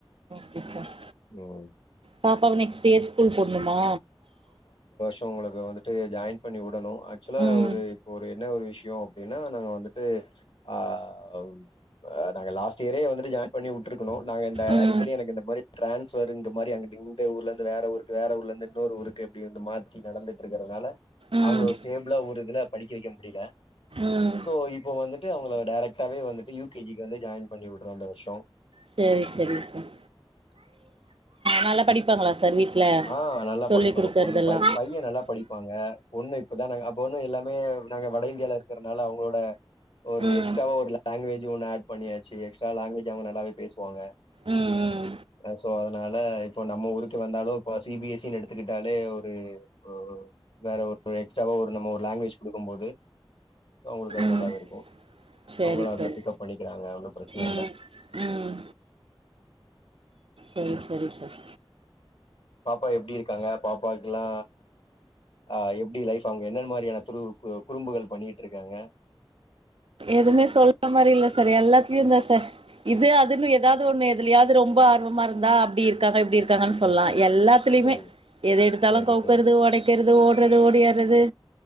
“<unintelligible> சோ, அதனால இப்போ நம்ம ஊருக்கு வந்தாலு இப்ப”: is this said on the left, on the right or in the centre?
Left